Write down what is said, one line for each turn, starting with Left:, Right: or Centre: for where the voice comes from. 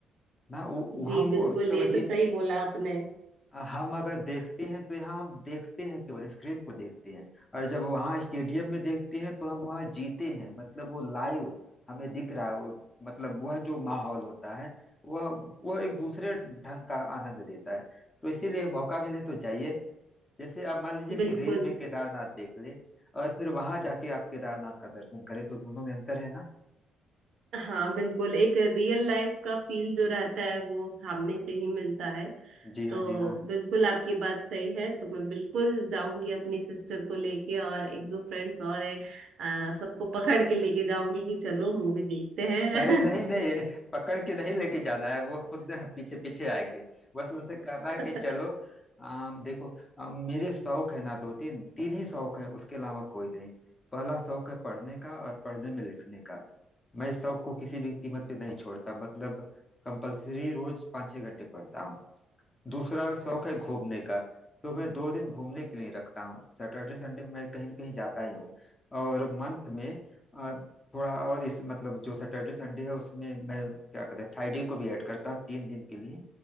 Left: ना वो वो
Right: जी
Left: हम
Right: बिल्कुल
Left: वो समझिए
Right: ये तो सही बोला आपने
Left: हम अगर देखते हैं तो यहाँ हम देखते हैं केवल स्क्रीन को देखते हैं और जब वहाँ स्टेडियम में देखते हैं तो हम वहाँ जीते हैं मतलब वो लाइव हमें दिख रहा है वो मतलब वह जो माहौल होता है वह वह एक दूसरे ढंग का आनंद देता है तो इसीलिए मौका मिले तो जाइए जैसे आप मान लीजिए कि
Right: बिल्कुल
Left: रील में केदारनाथ देख ले और फिर वहां जाके आप केदारनाथ का दर्शन करें तो दोनों में अंतर है ना
Right: हाँ बिल्कुल एक रियल लाइफ का फील जो रहता है वो सामने से ही मिलता है
Left: जी हाँ
Right: तो
Left: जी हाँ
Right: बिल्कुल आपकी बात सही है तो मैं बिल्कुल जाऊंगी अपनी सिस्टर को लेके और एक दो फ्रेंड्स और हैं आ, सबको पकड़ के लेके जाऊंगी कि चलो मूवी देखते हैं
Left: अरे नहीं नहीं पकड़ के नहीं लेके जाना है वो खुद <laughs> पीछे पीछे आएंगे बस उनसे कहना है कि
Right: <laughs>
Left: चलो आम, देखो आम, मेरे शौक है ना दो तीन तीन ही शौक है उसके अलावा कोई नहीं पहला शौक है पढ़ने का और पढ़ने में लिखने का मैं इस शौक को किसी भी कीमत पे नहीं छोड़ता मतलब कंपल्सरी रोज पाँच छह घंटे पढ़ता हूँ दूसरा शौक है घूमने का तो मैं दो दिन घूमने के लिए रखता हूँ सैटरडे संडे मैं कहीं न कहीं जाता ही हूँ और मंथ में अ, थोड़ा और इस मतलब जो सैटरडे संडे है उसमें मैं क्या कहते हैं फ्राइडे को भी ऐड करता हूँ तीन दिन के लिए